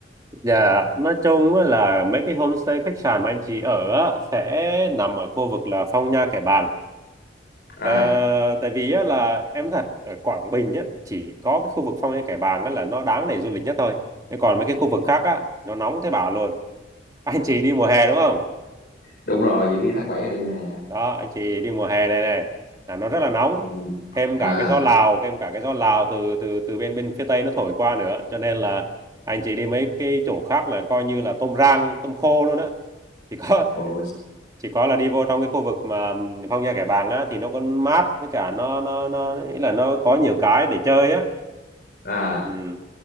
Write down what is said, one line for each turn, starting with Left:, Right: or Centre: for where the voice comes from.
Right: dạ nói chung á là mấy cái homestay khách sạn mà anh chị ở á, sẽ nằm ở khu vực là Phong Nha Kẻ Bàng
Left: à
Right: Ờ, tại vì á, là em nói thật ở Quảng Bình á, chỉ có cái khu vực Phong Nha Kẻ Bàng á, là nó đáng để du lịch nhất thôi Thế còn mấy cái khu vực khác á, nó nóng thế bà luôn <laughs> anh chị đi mùa hè đúng không
Left: đúng rồi dự kiến tháng 7 đi nè
Right: đó anh chị đi mùa hè này này là nó rất là nóng
Left: ừ.
Right: thêm
Left: à
Right: cả cái gió Lào thêm cả cái gió Lào từ từ từ bên bên phía Tây nó thổi qua nữa cho nên là anh chị đi mấy cái chỗ khác là coi như là tôm rang tôm khô luôn á chỉ có
Left: bộ
Right: chỉ có là đi vô trong cái khu vực mà Phong Nha Kẻ Bàng á thì nó có mát với cả nó nó nó ý là nó có nhiều cái để chơi á
Left: à
Right: ừ.